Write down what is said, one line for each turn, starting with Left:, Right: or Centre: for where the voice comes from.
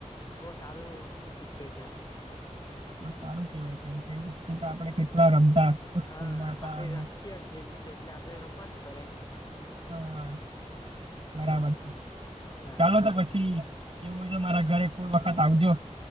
Left: બહુ સારું હોકી શીખવે છે
Right: સારું કેવાય કેમ કે હોક્કી તો આપડે કેટલા રમતા સ્કૂલમાં
Left: હા
Right: હતા
Left: આપડી
Right: અને
Left: રાષ્ટ્રીય ગેમ છે એટલે આપડે રમ જ કરે
Right: હા બરાબર છે
Left: હા
Right: ચાલો તો પછી એવું હોય તો મારા ઘરે કોઈ વખત આવજો